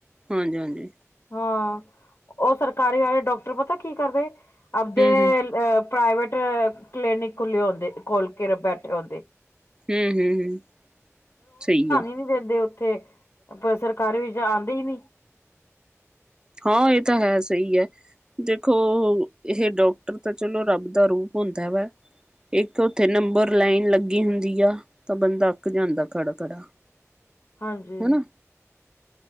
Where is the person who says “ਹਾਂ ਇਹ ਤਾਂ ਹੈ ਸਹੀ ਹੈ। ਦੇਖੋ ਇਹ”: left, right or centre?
Right